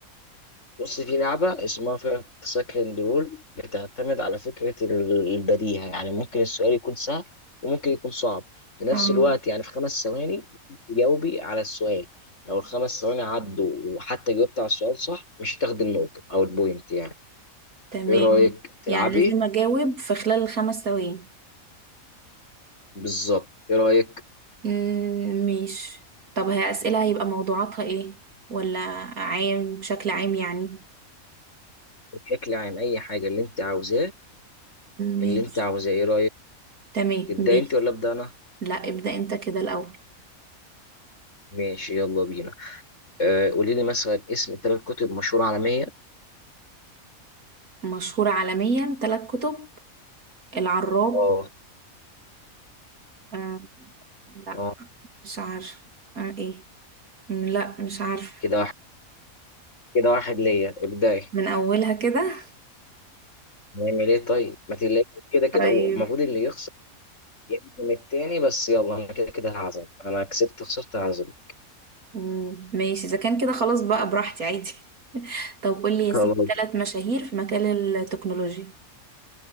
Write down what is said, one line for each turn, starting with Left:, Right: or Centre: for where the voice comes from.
Left: بص في لعبه اسمها فايف سكند رول بتعتمد على فكره ال- البديهه يعني ممكن السؤال يكون سهل وممكن يكون صعب في نفس
Right: اه
Left: الوقت يعني في خمس ثواني تجاوبي على السؤال لو الخمس ثواني عدوا وحتى جاوبت على السؤال صح مش هتاخدي النقطه او البوينت يعني
Right: تمام
Left: ايه رايك تلعبي
Right: يعني لازم أجاوب في خلال الخمس ثواني
Left: بالظبط ايه رايك
Right: مم، ماشي طب هي أسئلة هيبقى موضوعاتها ايه ولا عام بشكل عام يعني
Left: بشكل عام اي حاجه اللي انت عاوزاه
Right: ماشي
Left: اللي انت عاوزاه ايه رايك
Right: تمام
Left: تبدا
Right: ماشي
Left: انت ولا ابدا انا
Right: لا ابدأ انت كده الأول
Left: ماشي يلا بينا آه قولي لي مثلا اسم ثلاث كتب مشهوره عالميه
Right: مشهورة عالميا ثلاث كتب العراب
Left: اه
Right: آه لا
Left: اه
Right: مش عارفة آه ايه مم، لا مش عارفة
Left: كده واحد كده واحد ليا ابداي
Right: من أولها كده
Left: نعمل ايه طيب ما تلاقي كده كده
Right: طيب
Left: هو المفروض اللي يخسر يعزم التاني بس يلا انا كده كده هعزم انا كسبت خسرت هعزم
Right: مم. ماشي اذا كان كده خلاص بقى براحتي عادي <laughs> طب قول لي يا
Left: خلاص
Right: سيدي ثلاث مشاهير في مجال التكنولوجيا